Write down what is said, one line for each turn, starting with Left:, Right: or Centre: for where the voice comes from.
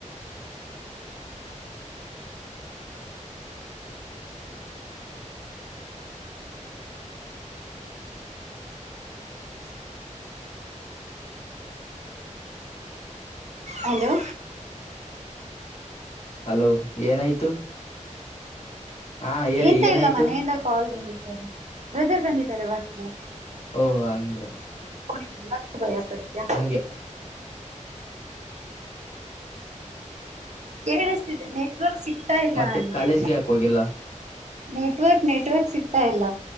Left: <inaudible>
Right: ಹಲೋ
Left: ಹಲೋ ಏನಾಯ್ತು ಹಾ ಹೇಳಿ
Right: ಎಂತ
Left: ಏನಾಯ್ತು
Right: ಇಲ್ಲ ಮನೆಯಿಂದ ಕಾಲ್ ಬಂದಿತ ಬ್ರದರ್ ಬಂದಿದ್ದಾರೆ <unintelligible>
Left: ಓಹೋ ಹಂಗ
Right: <unintelligible> ಭಯಪಡ್ತ್ಯಾ
Left: ಹಂಗೆ
Right: ಕೇಳಸ್ತಿದೆ ನೆಟ್ವರ್ಕ್ ಸಿ ಸಿಗ್ತಾ ಇಲ್ಲ
Left: ಮತ್ತೆ
Right: ನಂಗೆ
Left: ಕಾಲೇಜ್ಗೆ ಯಾಕೆ ಹೋಗಿಲ್ಲ
Right: ನೆಟ್ವರ್ಕ್ ನೆಟ್ವರ್ಕ್ ಸಿಗ್ತಾ ಇಲ್ಲ.